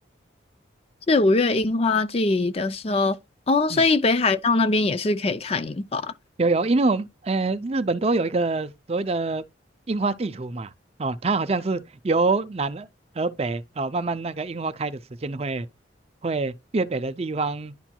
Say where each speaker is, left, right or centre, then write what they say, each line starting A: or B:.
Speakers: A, on the left; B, on the right.
A: 是五月樱花季的时候。哦，
B: 嗯，
A: 所以北海道那边也是可以看樱花。
B: 有有，因为我们呃日本都有一个所谓的樱花地图嘛，哦，它好像是由南而北，哦，慢慢那个樱花开的时间会会越北的地方